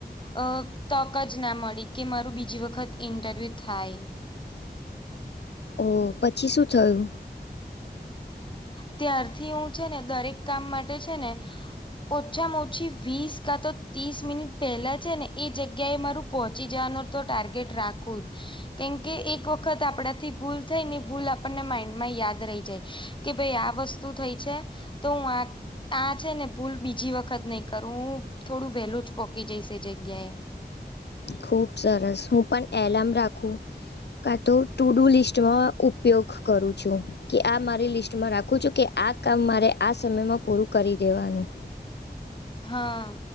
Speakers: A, on the left; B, on the left.
A: અ તક જ ના મળી કે મારું બીજી વખત ઇન્ટરવ્યુ થાય.
B: ઓ પછી શું થયું?
A: ત્યારથી હું છે ને દરેક કામ માટે છે ને ઓછામાં ઓછી વીસ કા તો ત્રીસ મિનિટ પહેલા છે ને એ જગ્યાએ મારું પહોંચી જવાનો તો ટાર્ગેટ રાખું જ કેમકે એક વખત આપડાથી ભૂલ થઈ ને ભૂલ આપણને માઈન્ડ માં યાદ રહી જાય. કે ભાઈ આ વસ્તુ થઈ છે તો હું આ આ છે ને ભૂલ બીજી વખત નહી કરું હું થોડું વહેલું જ પોકી જઈશ એ જગ્યા એ
B: ખુબ સરસ હું પણ એલારમ રાખું કા તો ટુ ડુ લિસ્ટમાં ઉપયોગ કરું છું. કે આ મારી લિસ્ટમાં રાખું છું કે આ કામ મારે આ સમયમાં પૂરું કરી દેવાનું
A: હા